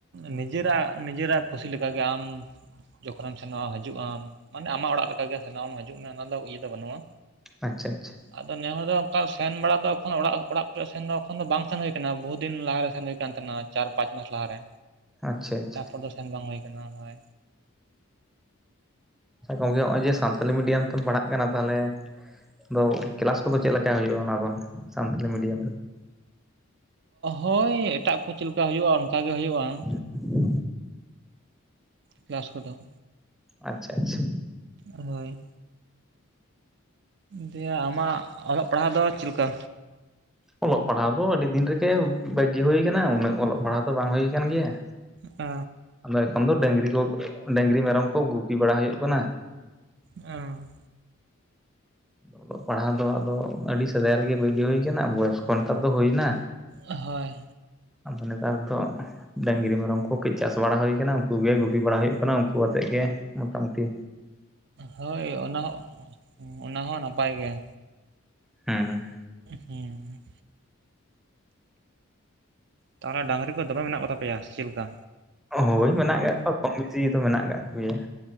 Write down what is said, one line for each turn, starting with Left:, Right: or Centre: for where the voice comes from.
Right: ᱱᱤᱡᱮᱨᱟᱜ ᱱᱤᱡᱮᱨᱟᱜ ᱠᱩᱥᱤ ᱞᱮᱠᱟᱜᱮ ᱟᱢ ᱡᱚᱠᱷᱚᱱᱮᱢ ᱥᱮᱱᱚᱜᱼᱟ ᱦᱤᱡᱩᱜ ᱟᱢ ᱢᱟᱱᱮ ᱟᱢᱟᱜ ᱚᱲᱟᱜ ᱞᱮᱠᱟᱜᱮ ᱥᱮᱱᱚᱜᱣᱟᱢ ᱦᱤᱡᱩᱜ ᱢᱮ ᱚᱱᱟ ᱫᱚ ᱤᱭᱟᱹ ᱫᱚ ᱵᱟᱹᱱᱩᱜᱼᱟ
Centre: ᱟᱪᱪᱷᱟ ᱟᱪᱪᱷᱟ
Right: ᱟᱫᱚ ᱱᱮ ᱦᱚᱲ ᱫᱚ ᱚᱱᱠᱟ ᱥᱮᱱ ᱵᱟᱲᱟ ᱫᱚ ᱚᱲᱟᱜ ᱚᱲᱟᱜ ᱠᱚᱨᱮ ᱥᱮᱱ ᱫᱚ ᱮᱠᱷᱚᱱ ᱫᱚ ᱵᱟᱝ ᱥᱮᱱ ᱦᱩᱭ ᱟᱠᱟᱱᱟ ᱵᱚᱦᱩᱫᱤᱱ ᱞᱟᱦᱟᱨᱮ ᱥᱮᱱ ᱦᱩᱭᱠᱟᱱ ᱛᱟᱦᱮᱱᱟ ᱪᱟᱨ ᱯᱟᱸᱪ ᱢᱟᱥ ᱞᱟᱦᱟᱨᱮ
Centre: ᱟᱪᱪᱷᱟ ᱟᱪᱪᱷᱟ
Right: ᱛᱟᱨᱯᱚᱨ ᱫᱚ ᱥᱮᱱ ᱵᱟᱝ ᱦᱩᱭ ᱟᱠᱟᱱᱟ ᱦᱳᱭ
Centre: ᱜᱚᱝᱠᱮ ᱱᱚᱜᱼᱚᱭ ᱡᱮ ᱥᱟᱱᱛᱟᱞᱤ ᱢᱤᱰᱤᱭᱟᱢ ᱛᱚ ᱯᱟᱲᱦᱟᱜ ᱠᱟᱱᱟ ᱛᱟᱦᱚᱞᱮ ᱟᱫᱚ ᱠᱮᱞᱟᱥ ᱠᱚᱫᱚ ᱪᱮᱫ ᱞᱮᱠᱟ ᱦᱩᱭᱩᱜᱼᱟ ᱚᱱᱟ ᱫᱚ ᱥᱟᱱᱛᱟᱲᱤ ᱢᱤᱰᱤᱭᱟᱢ ᱨᱮᱫᱚ
Right: ᱦᱳᱭ ᱮᱴᱟᱜ ᱠᱚ ᱪᱮᱫᱠᱟ ᱦᱩᱭᱩᱜᱼᱟ ᱚᱱᱠᱟ ᱜᱮ ᱦᱩᱭᱩᱜᱼᱟ
Centre: <inaudible>
Right: <unintelligible> ᱠᱚᱫᱚ
Centre: ᱟᱪᱪᱷᱟ ᱟᱪᱪᱷᱟ
Right: ᱦᱳᱭ ᱫᱤᱭᱮ ᱟᱢᱟᱜ ᱚᱞᱚᱜ ᱯᱟᱲᱦᱟᱣ ᱫᱚ ᱪᱮᱫ ᱞᱮᱠᱟ?
Centre: ᱚᱞᱚᱜ ᱯᱟᱲᱦᱟᱣ ᱫᱚ ᱟᱹᱰᱤ ᱫᱤᱱ ᱨᱮᱜᱮ ᱵᱟᱜᱤ ᱦᱩᱭ ᱟᱠᱟᱱᱟ ᱩᱱᱟᱹᱜ ᱚᱞᱚᱜ ᱯᱟᱲᱦᱟᱜ ᱫᱚ ᱵᱟᱝ ᱦᱩᱭ ᱟᱠᱟᱱ ᱜᱮᱭᱟ
Right: ᱚ
Centre: ᱟᱫᱚ ᱮᱠᱷᱚᱱ ᱫᱚ ᱰᱟᱹᱝᱨᱤ ᱠᱚ, ᱰᱟᱹᱝᱨᱤ ᱢᱮᱨᱚᱢ ᱠᱚ ᱜᱩᱯᱤ ᱵᱟᱲᱟ ᱦᱩᱭᱩᱜ ᱠᱟᱱᱟ᱾
Right: ᱚ
Centre: ᱚᱞᱚᱜ ᱯᱟᱲᱦᱟᱣ ᱫᱚ ᱟᱫᱚ ᱟᱹᱰᱤ ᱥᱮᱫᱟᱭ ᱨᱮᱜᱮ ᱵᱟᱹᱜᱤ ᱦᱩᱭ ᱟᱠᱟᱱᱟ ᱵᱚᱭᱮᱥ ᱱᱮᱛᱟᱨ ᱫᱚ ᱦᱩᱭᱱᱟ᱾
Right: ᱦᱳᱭ
Centre: ᱟᱫᱚ ᱱᱮᱛᱟᱨ ᱫᱚ ᱰᱟᱹᱝᱨᱤ ᱢᱮᱨᱚᱢ ᱠᱚ ᱠᱟᱹᱡ ᱪᱟᱥ ᱵᱟᱲᱟ ᱦᱩᱭ ᱟᱠᱟᱱᱟ ᱩᱱᱠᱩ ᱜᱮ ᱜᱩᱯᱤ ᱵᱟᱲᱟ ᱦᱩᱭᱩᱜ ᱠᱟᱱᱟ ᱩᱱᱠᱩ ᱟᱛᱮᱫ ᱜᱮ ᱢᱚᱴᱟ ᱢᱩᱴᱤ
Right: ᱦᱳᱭ ᱚᱱᱟ ᱦᱚᱸ, ᱚᱱᱟ ᱦᱚᱸ ᱱᱟᱯᱟᱭ ᱜᱮᱭᱟ
Centre: ᱦᱩᱸ ᱦᱩᱸ
Right: ᱦᱩᱸ ᱛᱟᱦᱚᱞᱮ ᱰᱟᱝᱨᱤ ᱠᱚ ᱫᱚᱢᱮ ᱢᱮᱱᱟᱜ ᱠᱚ ᱛᱟᱯᱮᱭᱟ ᱥᱮ ᱪᱮᱫᱮᱠᱟ?
Centre: ᱦᱳᱭ ᱢᱮᱱᱟᱜ ᱠᱟᱜ ᱠᱚᱣᱟ ᱠᱚᱢ ᱵᱤᱥᱤᱚ ᱢᱮᱱᱟᱜ ᱟᱠᱟᱜ ᱠᱚᱜᱮᱭᱟ᱾